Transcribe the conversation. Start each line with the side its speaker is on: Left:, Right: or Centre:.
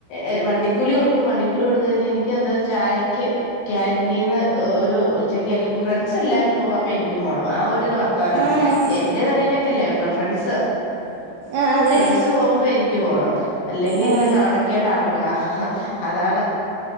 Left: എ വണ്ടിക്കൂലി കൊടുക്കും വണ്ടിക്കൂലി കൊടുത്തു കഴിഞ്ഞാ എനിക്ക് അത് ചായക്ക് കാന്റിനീന്ന് ഒരു ഉച്ചക്ക് എല്ല ഫ്രണ്ട്സെല്ലാരും പോകും അപ്പൊ എനിക്കും പോണം ആ ഒരിത് വർത്താനാണ്
Right: ആഹ്
Left: എന്റെ തലേലേക്കല്ലേ വരണ് ഫ്രണ്ട്സ്
Right: ആഹ് അതെ
Left: ഫ്രണ്ട്സ് പോവുമ്പോ എനിക്ക് പോണം അല്ലെങ്കി
Right: ആഹ്
Left: എനിക്ക് നാണക്കേടാണല്ലോ ആഹ് അതാണ്